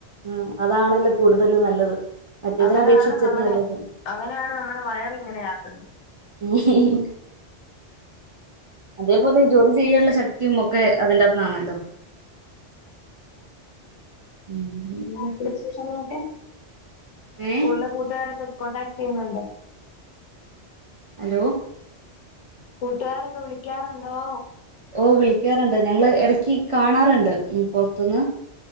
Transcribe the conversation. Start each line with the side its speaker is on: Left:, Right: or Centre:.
Right: ഉം അതാണല്ലോ കൂടുതൽ നല്ലത്, മറ്റേതിനെ
Left: അവനാണ്
Right: അപേക്ഷിച്ചിട്ട്
Left: നമ്മുടെ
Right: നല്ലത്.
Left: അവനാണ് നമ്മുടെ വയർ ഇങ്ങനെ ആക്കുന്നത്.
Right: ഹി ഹി ഹി അതേപോലെ ജോലി ചെയ്യാനുള്ള ശക്തിയും ഒക്കെ അതിൻ്റ അകത് ന്നാണല്ലോ. <unintelligible>
Left: നാട്ടു വിശേഷങ്ങളൊക്കെ, സ്‌കൂളിലെ
Right: ഏ
Left: കൂട്ടുകാരൊക്കെ കോടാക്ട് ചെയ്യുന്നുണ്ടോ?.
Right: ഹലോ
Left: കൂട്ടുകാരൊക്കെ വിളിക്കാറുണ്ടോ?.
Right: ഓഹ് വിളിക്കാറുണ്ട്. ഞങ്ങള് ഇടക്ക് കാണാറുണ്ട് ഉം പുറത്തുന്ന്.